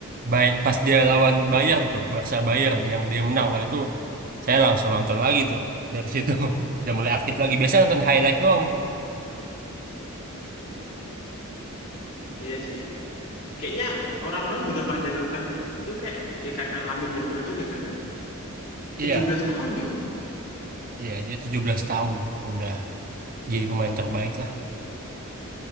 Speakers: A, on the right; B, on the left.
A: Bay- pas dia lawan Bayern tuh Barca Bayern yang dia menang wah itu saya langsung nonton lagi tuh dari situ <laughs> udah mulai aktif lagi biasanya nonton highlight doang itu
B: iya sih. Kayaknya orang-orang juga pada nonton itu kayak ya karena Lamine Jamal juga kan, tujuh
A: iya
B: belas tahun ya,
A: Iya, dia 17 tahun udah jadi pemain terbaik lah.